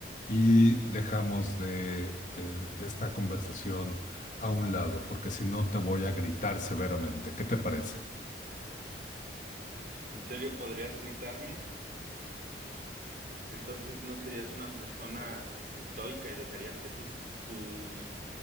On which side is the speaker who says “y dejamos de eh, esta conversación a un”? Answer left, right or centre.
Left